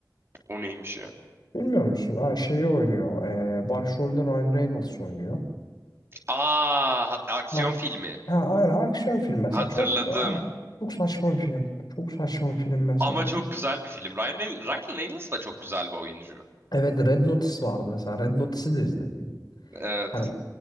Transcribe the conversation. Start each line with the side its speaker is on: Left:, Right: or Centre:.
Right: o neymiş ya?
Left: Bilmiyor musun? Ha, şeyi oynuyor. E, başrolde Ryan Reynolds oynuyor.
Right: Aa, hat- aksiyon
Left: Ah.
Right: filmi.
Left: Ha, aynen aksiyon film mesela
Right: Hatırladım.
Left: çok aynen. Çok saçma bir film. Çok saçma bir film mesela.
Right: Ama çok güzel bir film. Ryan, Reyn- Ryan Reynolds da çok güzel bir oyuncu.
Left: Evet Red Notice vardı mesela. Red Notice'i de izlediydim.
Right: Evet,
Left: Hani